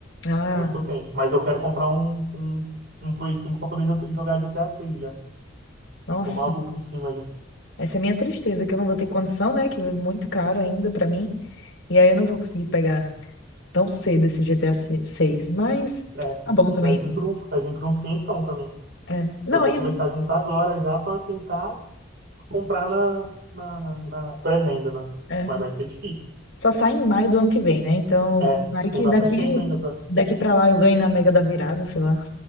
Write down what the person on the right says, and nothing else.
É os que eu tenho. Mas eu quero comprar um, um, um Play 5 pra poder jo- jogar GTA 6 já.
Eu Tô maluco em cima já.
É,
e
vai vir por, um- vai vir por uns 500 também.
Já vou
começar a juntar agora já para tentar comprar na, na, na pré-venda, né?
Mas vai ser difícil.
É,
tem bastante
tempo ainda para.